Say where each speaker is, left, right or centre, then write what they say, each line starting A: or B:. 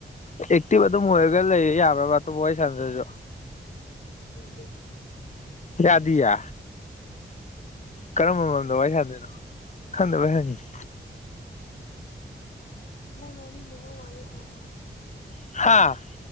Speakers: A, on the left; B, on the left.
A: ꯑꯦꯛꯇꯤꯚ ꯑꯗꯨꯝ ꯑꯣꯏꯔꯒ ꯂꯩ ꯌꯥꯕ꯭ꯔꯕ ꯑꯇꯣꯞꯄ ꯋꯥꯔꯤ ꯁꯟꯅꯗ꯭ꯔꯥꯁꯨ
B: ꯌꯥꯗꯦ
A: ꯌꯥꯗꯤꯌꯦ
B: ꯎꯝ
A: ꯀꯔꯝꯕ ꯃꯔꯝꯗ ꯋꯥꯔꯤ ꯁꯥꯟꯅꯗꯣꯏꯅꯣ ꯈꯪꯗꯕꯩ ꯍꯪꯉꯤꯅꯤ
B: ꯅꯪ ꯃꯦꯝꯃꯤ ꯅꯤꯡꯕ ꯋꯥꯔꯤ ꯍꯥꯏꯔꯛꯑꯣ
A: ꯍꯥꯥ